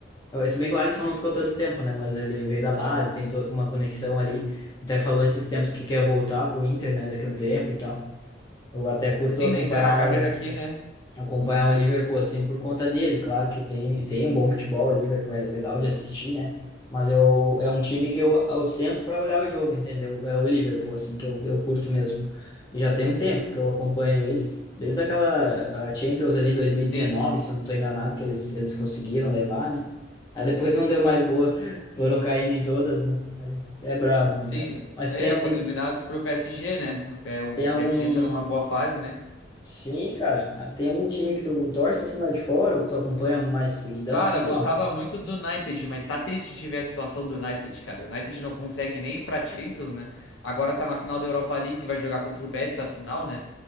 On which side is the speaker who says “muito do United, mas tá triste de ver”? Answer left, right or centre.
Left